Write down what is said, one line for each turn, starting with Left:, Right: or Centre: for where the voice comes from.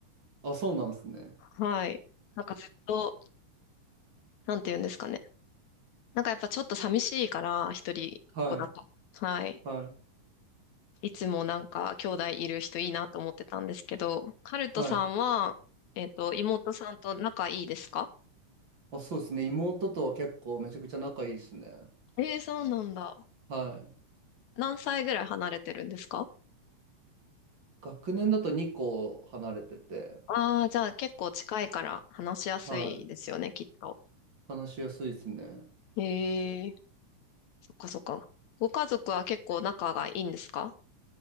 Right: あ、そうなんですね。
Left: はい。なんかずっと、なんて言うんですかね。なんかやっぱちょっと寂しいから、一人っ子だと。
Right: はい。
Left: はい。
Right: はい。
Left: いつもなんか兄弟いる人いいなと思ってたんですけど、ハルトさんは、
Right: はい。
Left: えっと、妹さんと仲いいですか
Right: あ、そうですね。妹とは結構めちゃくちゃ仲いいですね。
Left: ええそうなんだ。
Right: はい。
Left: 何歳ぐらい離れてるんですか
Right: 学年だと2個離れてて、
Left: ああー、じゃあ結構近いから話しやすいですよね、
Right: はい。
Left: きっと。
Right: 話しやすいですね。
Left: ええそっかそっか。ご家族は結構仲がいいんですか